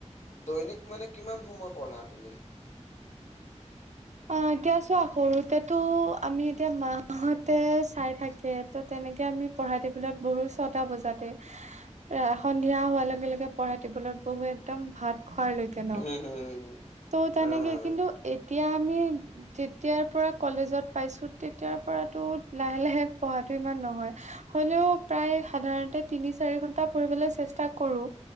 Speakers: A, on the left; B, on the right.
A: দৈনিক মানে কিমান সময় পঢ়া তুমি?
B: অঁ, এতিয়া চোৱা সৰুতেটো, আমি এতিয়া মাহঁতে চাই থাকে, ত তেনে তেনেকে আমি পঢ়া টেবুলত বহো ছটা বজাতে, হাঁ-হ---এয়া সন্ধিয়া হোৱাৰ লগে লগে পঢ়া টেবুলত্‌ লত বহো একদম ভাত খোৱাৰলৈকে ন'।
A: হম হম
B: ত' তেনেকে
A: হা হা হা।
B: কিন্তু এতিয়া আমি যেতিয়াৰ পৰা কলেজত পাইছো তেতিয়াৰ পৰাটো লাহে লাহে পঢ়াটো ইমান নহয়। হ'লেও, প্ৰায় সাধাৰণতে তিনি -চাৰি ঘণ্টা পঢ়িবলে চেষ্টা কৰো